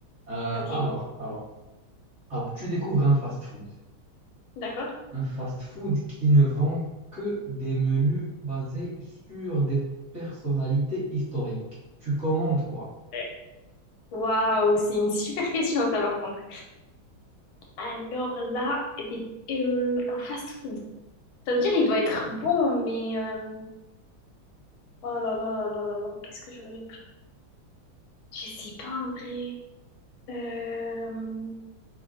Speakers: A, on the right; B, on the left.
A: Euh,
B: Ok,
A: alors, alors, alors, tu découvres un fast-food.
B: d'accord.
A: Un fast-food qui ne vend que des menus basés sur des personnalités historiques. Tu commandes quoi?
B: Ouais. Waouh, c'est une super question, ça, par contre. Alors là, des, euh, un fast-food. Ça veut dire il doit être bon, mais... euh, Oh là là là là là là. Qu'est-ce que j'aurais pu... Je sais pas, en vrai. Euh,